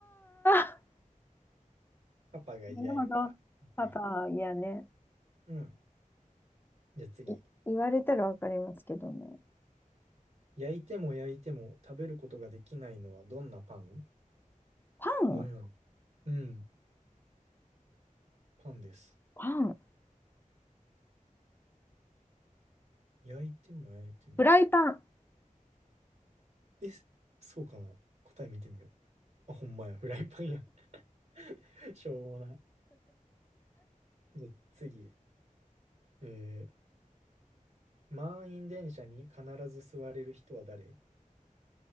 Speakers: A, on the left; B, on the right.
A: あ、
B: パパが嫌やから。
A: なるほど。
B: パパイヤ。
A: パパ、いやね。
B: うん。じゃあ次。
A: い言われたらわかりますけどね。
B: 焼いても焼いても食べることができないのはどんなパン
A: パン
B: なんやろ。うん。パンです。
A: パン
B: 焼いても焼いても。
A: フライパン
B: え、そうかな。答え見てみよう。あ、ほんまや。フライパンや。<laughs> しょうもな。じゃあ次。えー、満員電車に必ず座れる人は誰